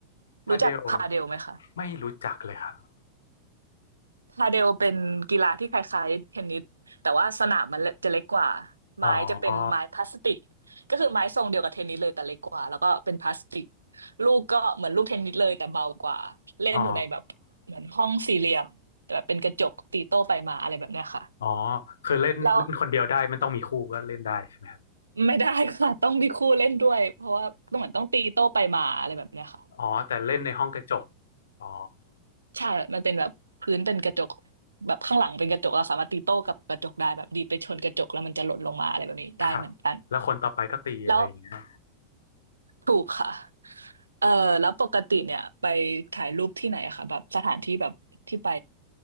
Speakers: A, on the left (about 65°); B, on the right (about 80°).
A: พาเดล
B: รู้จักพาเดลไหมคะ
A: ไม่รู้จักเลยครับ
B: พาเดลเป็นกีฬาที่คล้ายๆเทนนิสแต่ว่าสนามมันจะเล็กกว่าไม้จะเป็นไม้พลาสติก
A: อ๋อ
B: ก็คือไม้ทรงเดียวกับเทนนิสเลยแต่เล็กกว่าแล้วก็เป็นพลาสติกลูกก็เหมือนลูกเทนนิสเลยแต่เบากว่าเล่นอยู่ในแบบเหมือนห้องสี่เหลี่ยมแบบเป็นกระจกตีโต้ไปมาอะไรแบบเนี้ยค่ะ
A: อ๋ออ๋อคือเล่นเล่นคนเดียวได้มันต้องมีคู่ก็เล่นได้ใช่ไหม
B: แล้วไม่ได้ค่ะต้องมีคู่เล่นด้วยเพราะว่าต้องเหมือนต้องตีโต้ไปมาอะไรแบบเนี้ยค่ะ
A: อ๋อแต่เล่นในห้องกระจกอ๋อ
B: ใช่มันเป็นแบบพื้นเป็นกระจกแบบข้างหลังเป็นกระจกเราสามารถตีโต้กับกระจกได้แบบดีดไปชนกระจกแล้วมันจะหล่นลงมาอะไรแบบนี้ได้เหมือนกัน
A: ครับแล้วคนต่อไปก็ตีอะไรอย่างเงี้ย
B: แล้วถูกค่ะเออแล้วปกติเนี่ยไปถ่ายรูปที่ไหนอะคะแบบสถานที่แบบที่ไป